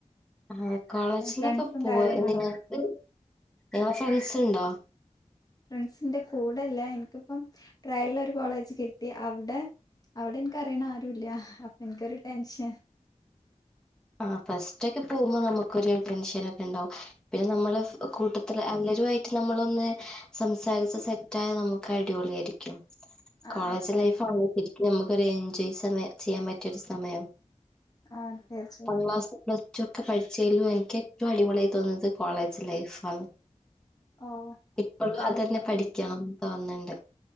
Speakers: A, in the centre; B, on the left.
A: ആ കോളേജിലൊക്കെ
B: ഫ്രണ്ട്സും
A: പോ
B: കാര്യങ്ങളും
A: നിങ്ങക്ക് നിങ്ങളെ ഫ്രണ്ട്സ്ണ്ടോ
B: ഫ്രണ്ട്സിന്റെ കൂടെല്ല ഇൻക്പ്പം ട്രയല്ലൊരു കോളേജ് കിട്ടി അവിടെ അവിടെ ഇൻക്കറിണ ആരുല്ല അപ്പൊ ഇൻക്കൊരു ടെൻഷൻ
A: ആ ഫസ്റ്റ് ഒക്കെ പോകുമ്പോ നമുക്കൊരു ടെൻഷനക്കെണ്ടാവു പിന്നെ നമ്മള് കൂട്ടത്തിൽ അല്ലെ രുവായിട്ട് നമ്മളൊന്ന് സംസാരിച്ച് സെറ്റായ നമുക്ക് അടിപൊളി ആയിരിക്കും
B: ആഹ്
A: കോളേജ്
B: അതെ
A: ലൈഫ് അനുസരിക്കും നമുക്ക് ഒരു എൻജോയ് സമയ ചെയ്യാൻ പറ്റിയരു സമയം
B: ആ തീർച്ചയ
A: ക്ലാ പ്ലസ് ടു ഒക്കെ പഠിച്ചലും എനിക്ക് ഏറ്റവും അടിപൊളിയായി തോന്നുന്നത് കോളേജ് ലൈഫ്ണ്
B: ഓ
A: ഇപ്പോഴും
B: കോളേജ്
A: അതന്നെ പഠിക്കണം തോന്നിണ്ട്